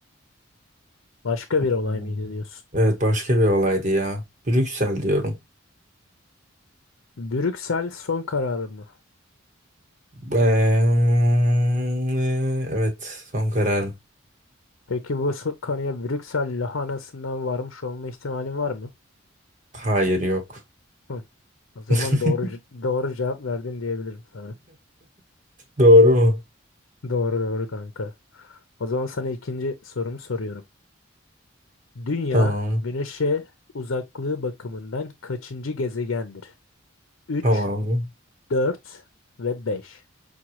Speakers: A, on the left; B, on the right.
A: Başka bir olay
B: Hmm.
A: mıydı diyorsun?
B: Evet başka bir olaydı ya. Brüksel diyorum.
A: Brüksel son kararı mı?
B: Eee, evet son kararım.
A: Peki bu so- kanıya Brüksel lahanasından varmış olma ihtimalin var mı?
B: Hayır yok.
A: Hı. O zaman
B: <laughs>
A: doğru c- doğru cevap verdin diyebilirim sana.
B: Doğru mu?
A: <laughs> Doğru doğru kanka. O zaman sana ikinci sorumu soruyorum. Dünya
B: Tamam.
A: Güneş'e uzaklığı bakımından kaçıncı gezegendir? Üç,
B: Tamam.
A: 4 ve 5.